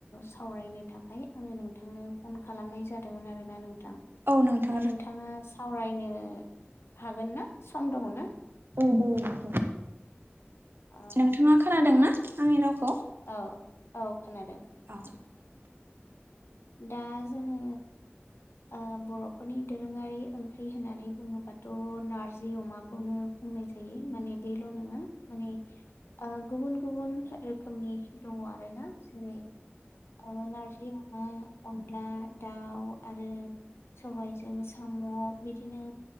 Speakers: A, on the left (about 70°); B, on the right (about 60°).
A: सावरायनो थाखाय आङो नोंथांनो फन खालामनाय जादोंमोन आरोना नोंथां
B: औ नोंथां
A: दा नोंथाङा सावरायनो हागोन ना सम दङ ना?
B: ओ दे दे
A: औ
B: नोंथाङा खोनादोंनाा आंनि रावखौ?
A: औ औ खोनादों
B: औ
A: दा जोङो ओ बर फोरनि दोरोङारि ओंख्रि होननानै बुङोबाथ नारजि अमाखौनो बुंनाय जायो माने बेल नङा माने गुबुन गुबुन रोखोमनि दङ आरोना जेरै ओ नार्जि अमा अनला दाउ आरो सबायाइजों साम बिदिनो